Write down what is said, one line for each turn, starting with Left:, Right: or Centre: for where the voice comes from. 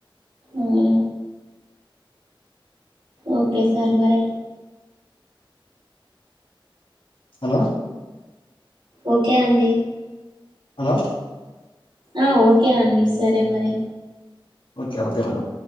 Right: అవునా ఓకే సార్ మరి
Left: హలో
Right: ఓకే అండి
Left: హలో
Right: ఆ ఓకే అండి సరే మరి
Left: ఓకే ఓకే మేడం